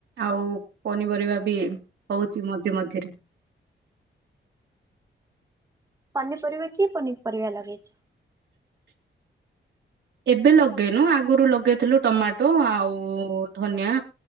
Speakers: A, on the right; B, on the right.
A: ଆଉ ପନିପରିବା ବି ହଉଛି ମଝି ମଝିରେ
B: ପନିପରିବା କି ପନି ପରିବା ଲଗେଇଛ
A: ଏବେ ଲଗେଇନୁ ଆଗରୁ ଲଗେଇଥିଲୁ ଟମାଟୋ ଆଉ ଧନିଆଁ।